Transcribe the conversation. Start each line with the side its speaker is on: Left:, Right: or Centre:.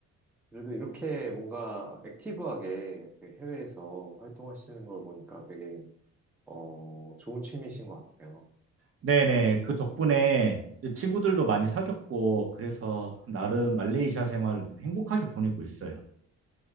Centre: 그래도 이렇게 뭔가 액티브하게 이렇게 해외에서 활동하시는 걸 보니까 되게, 어, 좋은 취미신 것 같아요.
Right: 네네. 그 덕분에 친구들도 많이 사귀었고, 그래서 나름 말레이시아 생활을 좀 행복하게 보내고 있어요.